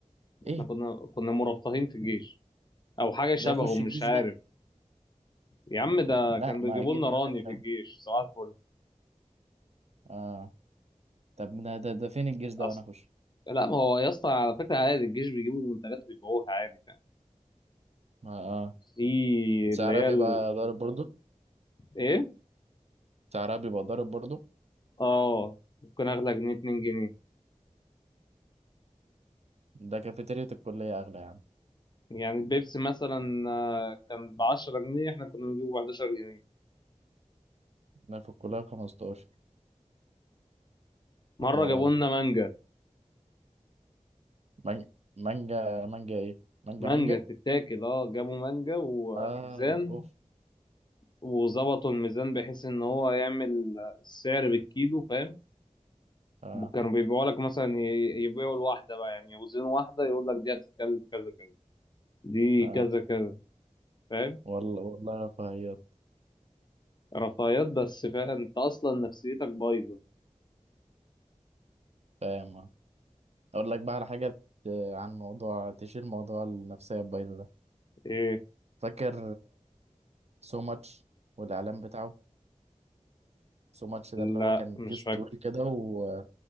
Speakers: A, on the right; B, on the left.
A: إيه
B: احنا كنا كنا مرفهين في الجيش او حاجه شبهه
A: ده يخش
B: مش
A: الجيش
B: عارف
A: ده
B: يا عم ده
A: لا
B: كان بيجيبوا
A: ما أكيد
B: لنا
A: بقى
B: راني
A: هيكمل
B: في الجيش صباح الفل
A: آه طب ده ده, ده فين الجيش ده
B: اصل
A: وأنا أخش
B: لا ما هو يا اسطى على فكره عادي الجيش بيجيبوا منتجات ويبيعوها عادي يعني
A: ما آه
B: في
A: سعرها
B: اللي هي
A: بيبقى
B: ال...
A: ضارب برضو
B: ايه
A: سعرها بيبقى ضارب برضو
B: اه ممكن اغلى جنيه 2 جنيه
A: ده كافيتيريا الكلية أغلى يعني
B: يعني البيبسي مثلا آه، كان ب 10 جنيه احنا كنا بنجيبه ب 11 جنيه
A: ده في الكلية بخمستاشر
B: مره
A: آه
B: جابوا لنا مانجا
A: مانجا مانجا مانجا إيه مانجا
B: مانجا
A: مانجا
B: تتاكل اه جابوا مانجا وميزان
A: آه أوف
B: وظبطوا الميزان بحيث ان هو يعمل السعر بالكيلو فاهم
A: آه
B: كانوا بيبيعوا لك مثلا ي- يبيعوا الواحده بقى يعني يوزنوا واحده يقول لك دي هتتكلف كذا كذا دي
A: آه
B: كذا كذا فاهم
A: والله والله رفاهيات
B: رفاهيات بس فا انت اصلا نفسيتك بايظه
A: فاهم آه. اقول لك بقى على حاجه آه، عن موضوع تشير موضوع النفسيه البايظه ده
B: ايه
A: فاكر سو ماتش والاعلان بتاعه سو ماتش ده اللي
B: لا
A: هو كان
B: مش
A: كيس
B: فاكر
A: طويل كده و...